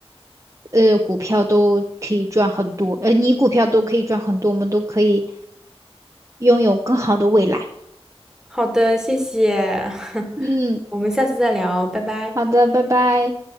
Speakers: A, on the right; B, in the centre.
A: 呃，股票都可以赚很多，呃，你股票都可以赚很多，我们都可以拥有更好的未来。
B: 好的，谢谢，<laughs>
A: 嗯，
B: 我们下次再聊，拜拜。
A: 好的，拜拜。